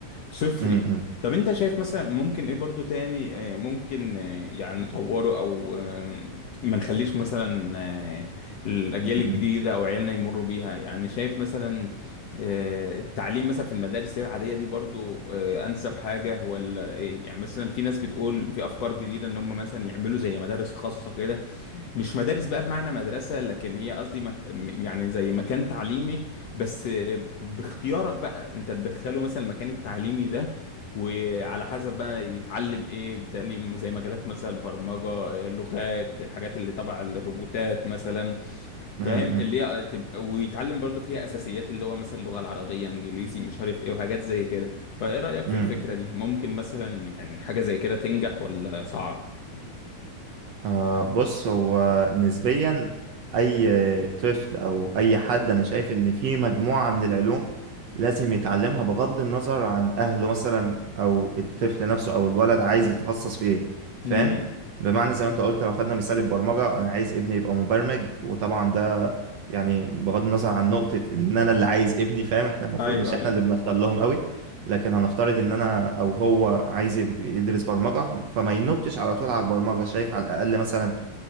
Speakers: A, on the left; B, on the right.
A: صفري
B: م- م-
A: طب انت شايف مثلا ممكن ايه برضو تاني آه، ممكن آه، يعني نطوره او آه، ما نخليش مثلا آه، الاجيال
B: م-
A: الجديده او عيالنا يمروا بيها يعني شايف مثلا آه، التعليم مثلا في المدارس اللي هي العاديه دي برضو آه، انسب حاجه ولا ايه يعني مثلا في ناس بتقول في افكار جديده ان هم مثلا يعملوا زي مدارس خاصه كده مش مدارس بقى بمعنى مدرسة لكن هي قصدي مك... م- يعني زي مكان تعليمي بس ب- باختيارك بقى انت تدخله مثلا المكان التعليمي ده وعلى حسب بقى يتعلم ايه بتعليم زي مجالات مثلا البرمجة آه، لغات الحاجات اللي تبع الروبوتات مثلا
B: م-
A: فاهم اللي
B: م-
A: هي تبقى ويتعلم برضو فيها اساسيات اللي هو مثلا اللغة العربية انجليزي مش عارف ايه وحاجات زي كده فايه رأيك
B: م-
A: في الفكرة
B: م-
A: دي ممكن مثلا يعني حاجة زي كده تنجح ولا صعب
B: آه بص هو نسبيا أي طفل أو أي حد أنا شايف إن في مجموعة من العلوم لازم يتعلمها بغض النظر عن أهله مثلا أو الطفل نفسه أو الولد عايز يتخصص في إيه فاهم
A: امم
B: بمعنى زي ما أنت قلت لو خدنا مثال البرمجة أنا عايز ابني يبقى مبرمج وطبعا ده يعني بغض النظر عن نقطة إن أنا اللي عايز ابني فاهم إحنا المفروض
A: ايوه
B: مش إحنا
A: ايوه
B: اللي بنختار لهم لكن هنفترض ان انا او هو عايز يب- يدرس برمجة فما ينطش على طول على البرمجة شايف على الاقل مثلا